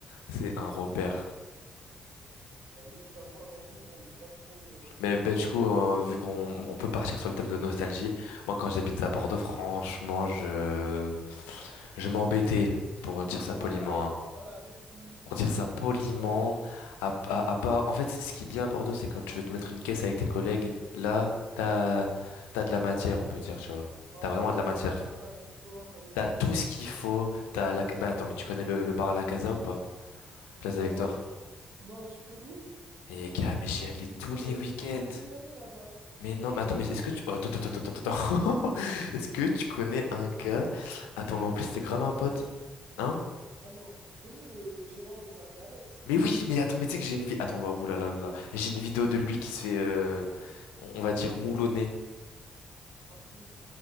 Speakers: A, on the left; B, on the right.
A: C'est un repère.
B: Ouais, nous, je t'avoue, à Bordeaux, bon, on n'est pas trop. euh,
A: Mais ben, du coup, euh, vu qu'on on peut partir sur le thème de nostalgie, moi quand j'habite à Bordeaux, franchement, je je m'embêtais pour dire
B: Voilà,
A: ça poliment. hein.
B: voilà, merci.
A: Pour dire ça
B: Merci
A: poliment,
B: de dire la vérité.
A: à, à, à pas. En fait, ce qui est bien à Bordeaux, c'est quand tu veux te mettre une caisse avec tes collègues, là, t'as t'as de la matière, on peut dire, tu vois.
B: Voilà,
A: T'as vraiment
B: t'as
A: de la
B: des
A: matière.
B: parts, t'as la victoire, t'as des trucs.
A: T'as tout
B: Mais par
A: ce qu'il
B: contre,
A: faut. T'as la. Bah attends, mais tu connais le, le bar à la Casa ou pas?
B: non,
A: Place de la Victoire.
B: non, tu connais? <laughs>
A: Et gars, mais j'y allais
B: C'est que j'y
A: tous
B: suis
A: les
B: resté
A: week-ends.
B: pendant des années là-bas.
A: Mais non, mais attends, mais est-ce que tu... oh, attends, attends, attends, attends, attends. <laughs> Est-ce que tu connais un gars... Attends, mais en plus, c'était
B: C'est
A: grave un
B: Alex.
A: pote. Hein?
B: Ah non, tu connais le, le gérant, il s'appelait Alex.
A: Mais oui, mais attends, mais tu sais que j'ai une vie... Attends, bah, oulala, oulala. J'ai une vidéo de lui qui se fait... euh, On on va dire moulonner.
B: Par qui?